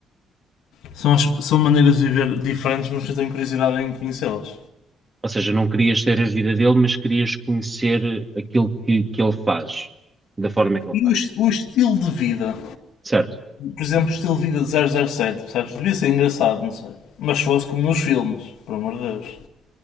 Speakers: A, on the left; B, on the right.
A: são, as- são maneiras de viver diferentes, mas que eu tenho curiosidade em conhecê-las.
B: Ou seja, não querias ter a vida dele, mas querias conhecer aquilo que, que ele faz, da forma que ele
A: E
B: faz.
A: o, o estilo de vida,
B: Certo.
A: por exemplo, o estilo de vida de 007, percebes? Devia ser engraçado, não sei. Mas se fosse como nos filmes, por amor de Deus.